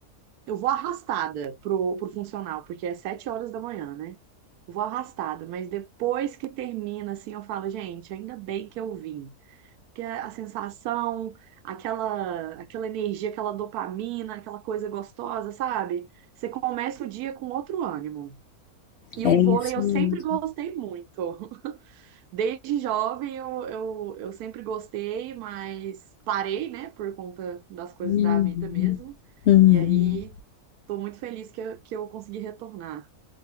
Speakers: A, on the right (about 90°); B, on the left (about 65°).
A: eu vou arrastada pro, pro funcional, porque é sete horas da manhã, né? Eu Vou arrastada, mas depois que termina, assim, eu falo, gente, ainda bem que eu vim. Porque a sensação, aquela, aquela energia, aquela dopamina, aquela coisa gostosa, sabe? Você começa o dia com outro ânimo. E
B: É
A: o vôlei
B: isso.
A: eu
B: mesmo.
A: sempre gostei muito. Desde jovem eu, eu, eu sempre gostei, mas parei, né, por conta das coisas
B: Uhum.
A: da vida mesmo.
B: Hum.
A: E aí tô muito feliz que eu, que eu consegui retornar.